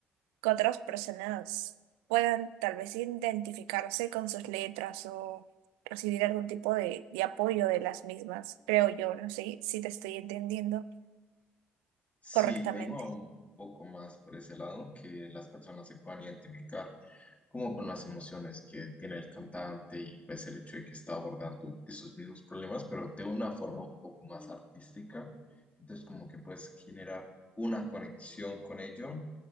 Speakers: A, on the right; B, on the left.
A: que otras personas puedan tal vez identificarse con sus letras o recibir algún tipo de, de apoyo de las mismas, creo yo, no sé si te estoy entendiendo
B: Sí,
A: correctamente.
B: me iba un poco más por ese lado, que las personas se puedan identificar como con las emociones que tiene el cantante y pues el hecho de que está abordando esos mismos problemas, pero de una forma un poco más artística. Entonces como que puedes generar una conexión con ello,